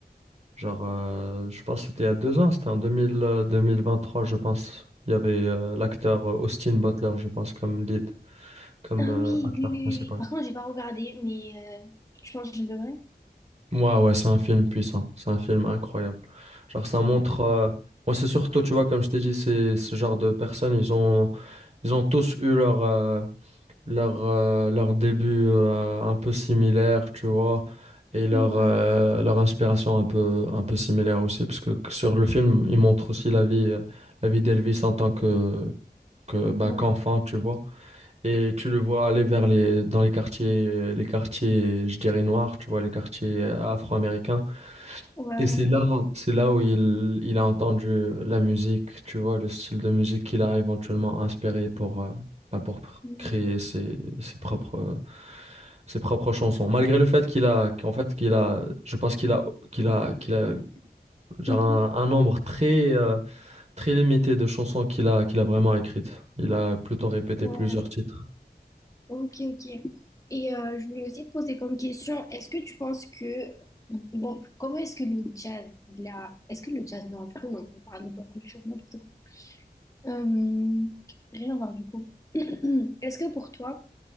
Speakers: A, on the right (about 40°); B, on the left (about 20°).
A: genre, euh, je pense que c'était il y a deux ans, c'était en 2000, euh, 2023, je pense. Il y avait euh, l'acteur euh, Austin Butler, je pense, comme lead, comme
B: Ah
A: euh,
B: oui,
A: acteur
B: oui, oui, oui.
A: principal.
B: oui. Par contre, j'ai pas regardé, mais euh, je pense que je devrais.
A: Ouais, ouais, c'est un film puissant, c'est un film incroyable. Genre, ça montre.
B: Ouais,
A: euh, Moi, c'est surtout, tu vois, comme je t'ai dit, c'est ce genre de personnes, ils ont, ils ont tous eu leur, euh, leur, euh, leur début euh, un peu similaire, tu vois, et leur,
B: ouais,
A: euh, leur inspiration un peu, un peu similaire aussi, parce que sur le film, ils montrent aussi la vie, euh, la vie d'Elvis en tant que, que, bah,
B: ouais,
A: qu'enfant, tu vois. Et tu le vois aller vers les, dans les quartiers, les quartiers, je dirais noirs, tu vois, les quartiers euh, afro-américains.
B: ouais.
A: Et
B: ouais.
A: c'est là, c'est là où il, il a entendu la musique, tu vois, le style de musique qu'il a éventuellement inspiré pour, euh, bah, pour pr-
B: Mm.
A: créer ses, ses propres, euh, ses propres chansons. Malgré le fait qu'il a, qu'en fait, qu'il a, je pense qu'il a, qu'il a, qu'il a, genre
B: Mhm.
A: un, un nombre très, euh, très limité de chansons qu'il a, qu'il a vraiment écrites. Il a plutôt répété
B: Ouais.
A: plusieurs titres.
B: Ok, ok. Et euh, je voulais aussi te poser comme question, est-ce que tu penses que, bon, comment est-ce que le jazz, il a, est-ce que le jazz, non, du coup, non, on parle de pop culture, n'importe quoi. Euh, rien à voir, du coup. <clears throat> Est-ce que pour toi,